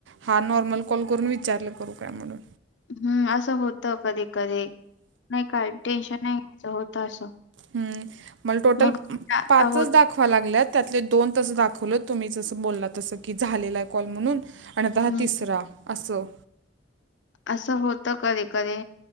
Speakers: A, on the right; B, on the left.
A: हा नॉर्मल कॉल करून विचारलं करू काय म्हणून
B: हम्म असं होत कधी कधी नाही काय टेन्शन नाहीच होत असं.
A: हम् मला टोटल
B: मग आता
A: पाचच
B: होत
A: दाखवा लागल्यात. त्यातले दोन तस दाखवल तुम्ही जसं बोलला तसं की झालेलं आहे कॉल म्हणून आणिता हा
B: हं
A: तिसरा असं.
B: असं होत कधे कधे